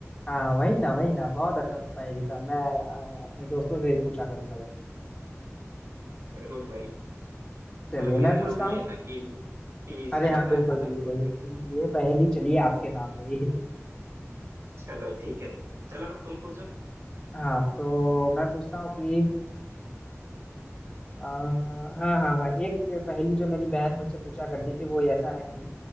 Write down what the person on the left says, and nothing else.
हाँ वही ना वही ना बहुत अच्छा स्पाई था मैं अ, अपने दोस्तों से ही पूछा करूंगा ये
चलिए
मैं
पूछता
हूँ
अरे हाँ
बिल्कुल
बिल्कुल
ये पहेली चलिए आपके नाम हुई
हाँ तो मैं पूछता हूँ कि आ, हाँ हाँ हाँ एक पहेली जो मेरी बहन मुझसे पूछा करती थी वो ऐसा है कि